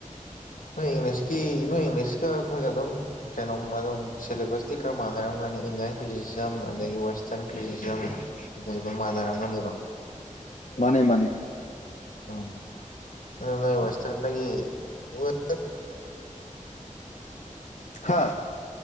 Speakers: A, on the left; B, on the left.
A: ꯅꯣꯏ ꯏꯪꯂꯤꯁꯀꯤ ꯅꯣꯏ ꯏꯪꯂꯤꯁꯀ ꯑꯩꯈꯣꯏꯒ ꯑꯗꯨꯝ ꯀꯩꯅꯣꯝ ꯑꯗꯨꯝ ꯁꯤꯂꯦꯕꯁꯇꯤ ꯈꯔ ꯃꯥꯟꯅꯔꯝꯒꯅꯤ ꯏꯟꯗꯤꯌꯥꯟ ꯀ꯭ꯔꯤꯇꯤꯁꯤꯖꯝ ꯑꯗꯒꯤ ꯋꯦꯁꯇ꯭ꯔꯟ ꯀ꯭ꯔꯤꯇꯤꯁꯤꯖꯝ ꯁꯤꯗꯩꯗꯣ ꯃꯥꯟꯅꯔꯝꯒꯅꯤꯕ
B: ꯃꯥꯅꯩ ꯃꯥꯅꯩ
A: ꯑꯥ ꯑꯗꯣ ꯅꯣꯏ ꯋꯦꯁꯇ꯭ꯔꯟꯗꯒꯤ ꯋꯦ <inaudible> <inaudible>
B: ꯍꯥ